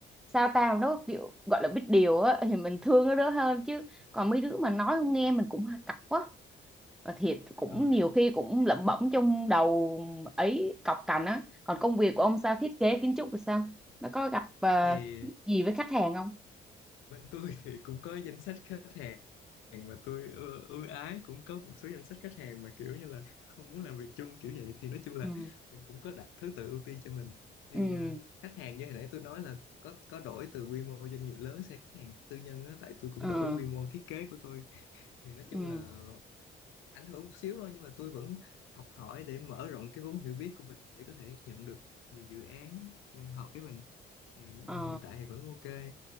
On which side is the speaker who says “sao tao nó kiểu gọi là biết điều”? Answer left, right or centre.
Centre